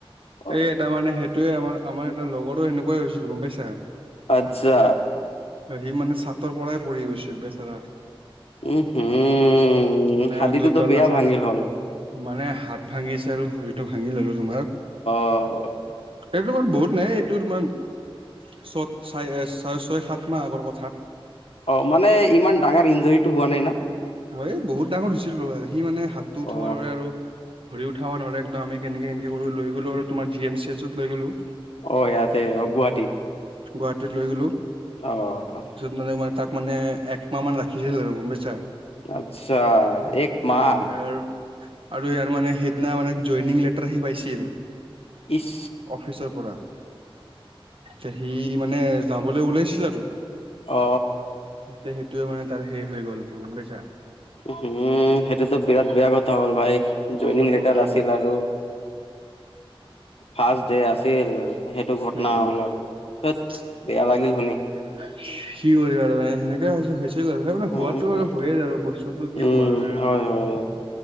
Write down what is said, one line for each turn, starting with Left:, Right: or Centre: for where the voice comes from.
Left: অ
Right: এই এটা মানে সেইটোৱে আমাৰ আমাৰ এটা লগৰো সেনেকুৱাই হৈছিল গম পাইছা।
Left: আচ্ছা।
Right: সি মানে চাটৰ পৰাই পঢ়ি গৈছিল বেচেৰা।
Left: উম উম,
Right: মানে
Left: হাদীটোতো
Right: দুইতলা
Left: বেয়া
Right: চাত
Left: ভাঙিল হ'ল।
Right: মানে হাত ভাঙিছে আৰু ভৰিটো ভাঙিল আৰু তোমাৰ।
Left: অ'।
Right: এইটো ইমান বহুত নাই এইটো ইমান চত চাই ছ ছয় সাত মাহ আগৰ কথা।
Left: অ' মানে ইমান ডাঙৰ ইঞ্জৰিটো হোৱা নাই না।
Right: মই এই বহুত ডাঙৰ হৈছিলোঁ ৰ সি মানে হাতটো উঠাব
Left: অ
Right: নোৱাৰে আৰু ভৰিত থাব নৰে একদম কেনেকে কেনেকৈ কৰি লৈ গলোঁ আৰু তমাৰ জি এম চি এছত লৈ গলোঁ।
Left: অ' ইয়াতে অ' গুৱাহাটীত।
Right: গুৱাহাটীত লৈ গ'লোঁ।
Left: অ'।
Right: মানে ম তাক মানে একমাহ মান ৰাখিছিল আৰু গম পাইছা।
Left: আচ্ছা এক মাহ।
Right: উম আৰু আৰু ইয়াৰ মানে সেইদিনা মানে জইনিং লেটাৰ আহি পাইছিল।
Left: ইছ।
Right: অফিচৰ পৰা। সি মানে যাবলৈ ওলাইছিল আৰু।
Left: অ।
Right: ত সেইটোৱে মানে তাৰ হেৰি হৈ গ'ল এইটো গম পাইছা।
Left: উম হুম সেইটোতো বিৰাট বেয়া কথা হ'ল ভাই,
Right: বহুত
Left: জইনিং লেটাৰ
Right: বহুত
Left: আছিল আৰু। ফাৰ্ষ্ট ডে আছিল সেইটো ঘটনা
Right: উম
Left: হ'ল আৰু। ধেৎ
Right: কি
Left: বেয়া লাগিল শুনি
Right: কৰিবা আৰু এ সেনেকে হৈছে হৈছ হৈ গল, হৈ গল মানে
Left: উম
Right: হোৱাটো
Left: উম
Right: আৰু
Left: উম
Right: হয়ে আৰু বস্তুতটো কি
Left: উম
Right: কবা আৰু হয়নে নহয়
Left: হয় হয়